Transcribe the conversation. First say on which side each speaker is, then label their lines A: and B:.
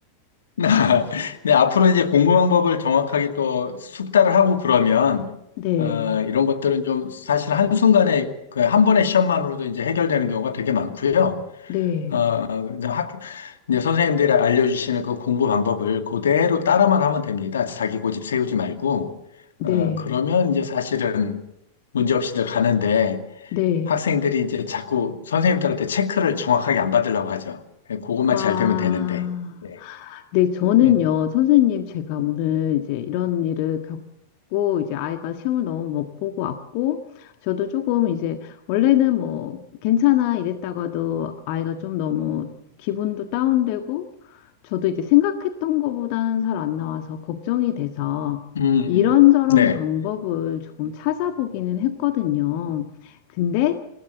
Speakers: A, on the left (about 65°); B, on the left (about 45°).
A: <laughs> 네, 앞으로 이제 공부 방법을 정확하게 또 숙달을 하고 그러면,
B: 네,
A: 어, 이런 것들은 좀 사실 한순간에 그 한 번의 시험만으로도 이제 해결되는 경우가 되게 많고요.
B: 네,
A: 어, 이제 학, 이제 선생님들이 알려주시는 그 공부 방법을 그대로 따라만 하면 됩니다. 자기 고집 세우지 말고.
B: 네,
A: 어, 그러면 이제 사실은 문제 없이들 가는데
B: 네.
A: 학생들이 이제 자꾸 선생님들한테 체크를 정확하게 안 받으려고 하죠. 예, 그것만
B: 아.
A: 잘 되면 되는데. 네.
B: 네, 저는요,
A: 음,
B: 선생님, 제가 오늘 이제 이런 일을 겪고, 이제 아이가 시험을 너무 못 보고 왔고, 저도 조금 이제, 원래는 뭐, 괜찮아 이랬다가도 아이가 좀 너무 기분도 다운되고, 저도 이제 생각했던 것보다는 잘 안 나와서 걱정이 돼서,
A: 음,
B: 이런저런
A: 음. 네.
B: 방법을 조금 찾아보기는 했거든요. 근데,